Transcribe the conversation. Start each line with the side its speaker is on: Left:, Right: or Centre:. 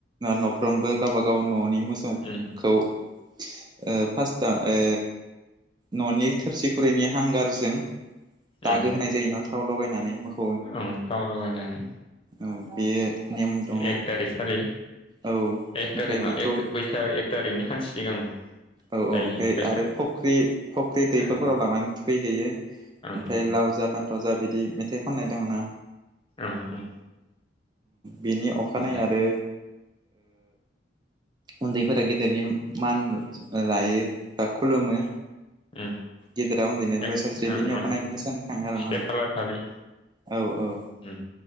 Right: न'फ्रोमबो गावबागाव न'नि मोसौ
Left: उम
Right: खौ ओ फासथा ओ न'नि थोरसि खुरैनि हांगारजों दागो
Left: उम
Right: होनाय जायो ना थाव लगायनानै मो
Left: ओं थाव लगायनानै
Right: औ बेयो नेम दंङो
Left: एक थारिख खालि
Right: औ ओमफ्राय
Left: एक थारिखनाव
Right: बेखौ
Left: एक एक थारिकनि सानसि सिगां
Right: औ औ ओमफ्राय
Left: जायो बैसाग
Right: आरो फख्रि फख्रि दैखरफोराव
Left: ओं
Right: लांनानै थुखैहैयो ओमफ्राय
Left: ओं ओं
Right: लाव जा फान्थाव जा बिदि मेथाइ खननायदोंमोना
Left: औ औ
Right: बिनि अखानाय
Left: दे
Right: आरो उन्दैफोरा गेदेरनि मान लायो बा खुलुमो
Left: उम
Right: गेदेरा उन्दैनो
Left: दे
Right: बोर सास्रियो
Left: ओं
Right: बेनि अखानाय
Left: ओं
Right: मोसानो थांङो आरो
Left: से
Right: ना
Left: खालार खालि
Right: औ औ
Left: उम